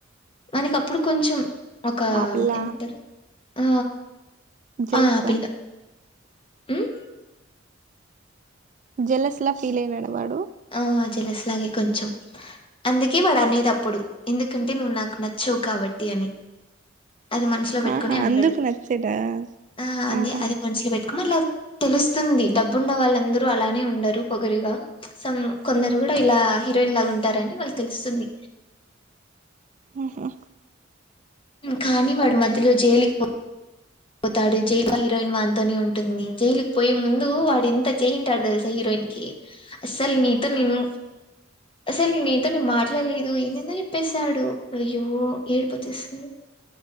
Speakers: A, on the left; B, on the right.
A: మనకప్పుడు కొంచెం ఒకా
B: ఆ పిల్ల
A: ఏమంటారు ఆ
B: జల్సా
A: ఆ పిల్ల ఉమ్
B: జెలస్లా ఫీల్ అయినాడు వాడు
A: ఆ జలస్లాగే కొంచం అందుకే వాడు అనేది అప్పుడు ఎందుకంటే నువ్వు నాకు నచ్చ జోక్ కాబట్టి అని అది మనిషి ఇంట్లో పట్టుకొని
B: ఆహా
A: అంటాడు
B: అందుకు నచ్చడా
A: ఆ అందిే
B: ఆహా
A: అది మనుషలో పెట్టుకోన్ మరిలా తెలుస్తుంది డబ్బున్న వాళ్ళందరూ అలానే ఉండరు పొగరుగా సమ్ కొందరు కూడ ఇలా హీరోయిన్ లాగ ఉంటారని వాళ్ళకి తెలుస్తుంది
B: ఆహ
A: కానీ వాడు మధ్యలో జైలుకి పో పోతాడు జైలు హీరోయిన్ వాంతోనే ఉంటుంది జైలుకి పోయే ముందు వాడు ఇంత చేయింటాడు తెలుసా హీరోయిన్ ఇన్కి అస్సలు నీతో నేను అసలు నీతోన్ మాట్లాడలేదు ఏమందో చెప్పసాడు అయ్యో ఏడ్ పొచ్చేసింది.